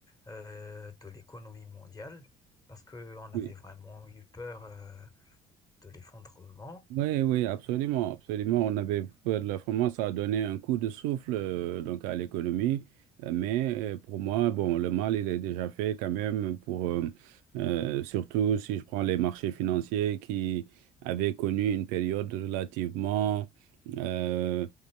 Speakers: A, on the left (about 20°); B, on the right (about 60°).
A: euh, de l'économie mondiale parce qu'on
B: oui.
A: avait vraiment eu peur euh, de l'effondrement.
B: Oui, oui, absolument, absolument. On avait peur de la France ça a donné un coup de souffle euh, donc à l'économie, Euh, mais euh, pour moi, bon, le mal il est déjà fait quand même pour euh, euh, surtout si je prends les marchés financiers qui avaient connu une période relativement euh,